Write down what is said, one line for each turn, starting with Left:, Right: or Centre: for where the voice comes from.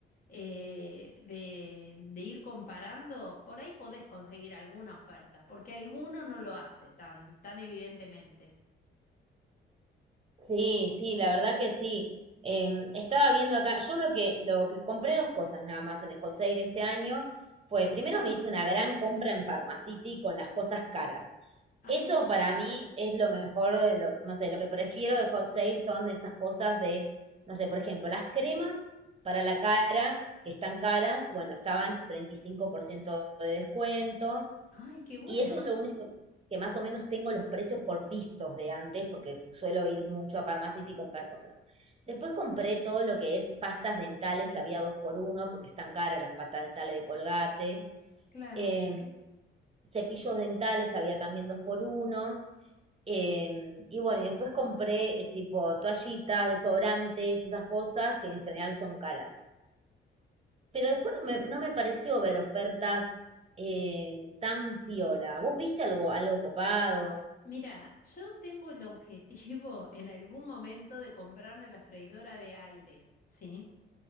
Left: eh, de, de ir comparando, por ahí podés conseguir alguna oferta, porque alguno no lo hace tan, tan evidentemente.
Right: Sí, sí, la verdad que sí. Em, estaba viendo acá, yo lo que, lo que compré dos cosas nada más en el Hot Sale este año fue, primero me hice una gran compra en Pharmacity con las cosas caras.
Left: Ah,
Right: Eso para mí es lo mejor, de lo- no sé, lo que prefiero del Hot Sale son estas cosas de, no sé, por ejemplo, las cremas para la cara, que están caras, bueno, estaban 35% de descuento.
Left: ay, qué bueno,
Right: Y eso es lo único que más o menos tengo los precios por vistos de antes, porque suelo ir mucho a Farmacity y comprar cosas. Después compré todo lo que es pastas dentales, que había dos por uno, porque están caras las pastas dentales de Colgate.
Left: claro.
Right: em, cepillos dentales, que había también dos por uno. em, y bueno, y después compré eh, tipo toallitas, desodorantes y esas cosas que en general son caras. Pero después no me, no me pareció ver ofertas eh, tan piola. ¿Vos viste algo, algo copado?
Left: Mira, yo tengo el objetivo <laughs> en algún momento de comprarme la freidora de aire, ¿sí?